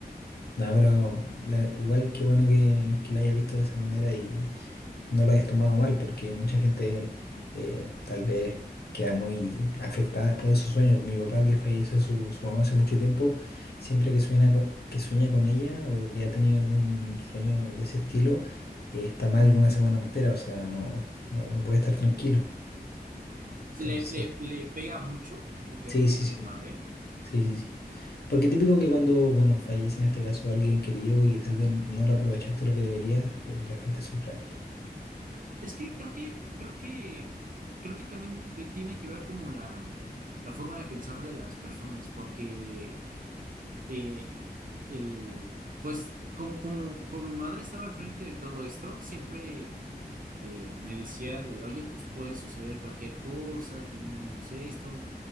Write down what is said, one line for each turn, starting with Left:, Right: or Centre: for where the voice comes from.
Left: No, pero la- igual qué bueno que, que la hayas visto de esa manera y, y no la hayas tomado mal, porque mucha gente eh, tal vez queda muy afectada después de sus sueños. Mi papá, que falleció su, su mamá hace mucho tiempo, siempre que sueña con, que sueña con ella o que ha tenido algún sueño de ese estilo, eh, está mal una semana entera, o sea, no, no, no puede estar tranquilo.
Right: Sí,
Left: Entonces,
Right: le, le, le pega mucho, le pega
Left: sí,
Right: mucho
Left: sí,
Right: a
Left: sí.
Right: tu padre
Left: Sí, sí, sí. Porque típico que cuando, bueno, fallece en este caso alguien querido y tal vez no lo aprovechaste lo que deberías, eh, la gente sufre harto.
Right: Es que creo que, creo que, creo que también de- tiene que ver como la, la forma de pensar de las personas, porque eh, el, pues como, como, como mi madre estaba al frente de todo esto, siempre eh, me decía de, oye, pues puede suceder cualquier cosa, tenemos esto.